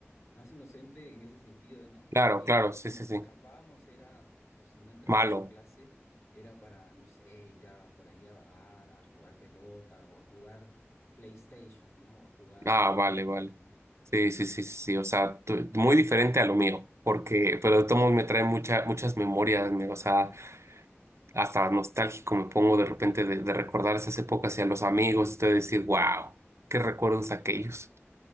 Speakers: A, on the left; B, on the right.
A: no es inocente en ese sentido, ¿no?
B: claro,
A: De que
B: claro,
A: si
B: sí, sí,
A: nos
B: sí,
A: escapábamos era, o si no entrábamos
B: malo,
A: a clase, era para, no sé, ir a por ahí a vagar, a jugar pelota o a jugar PlayStation, ¿no? O a jugar
B: ah,
A: juegos
B: vale,
A: de video,
B: vale,
A: ¿no?
B: sí, sí, sí, sí, sí, o sea, tú- muy diferente a lo mío, porque, pero de todos modos me trae mucha, muchas memorias, me- o sea, hasta nostálgico me pongo de repente de, de recordar esas épocas y a los amigos y de decir, wow, qué recuerdos aquellos.